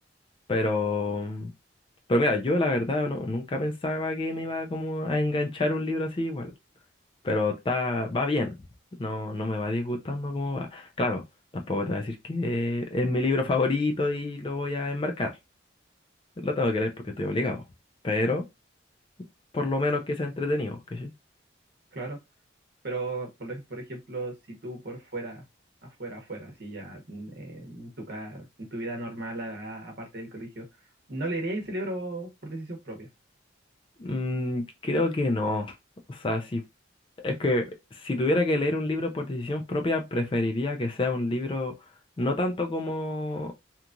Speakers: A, on the left; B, on the right.
A: Pero, pero mira, yo la verdad no, nunca pensaba que me iba como a enganchar un libro así igual, pero está, va bien, no, no me va disgustando cómo va. Claro. Tampoco te voy a decir que es mi libro favorito y lo voy a enmarcar. Lo tengo que leer porque estoy obligado. Pero por lo menos que sea entretenido, ¿cachai?
B: claro. Pero, por, ej- por ejemplo, si tú por fuera, afuera, afuera, si ya mm, eh, en tu, ca- en tu vida normal, a- a- aparte del colegio, ¿no le irías ese libro por decisión propia?
A: Mm, creo que no. O sea, si, es que si tuviera que leer un libro por decisión propia, preferiría que sea un libro no tanto como,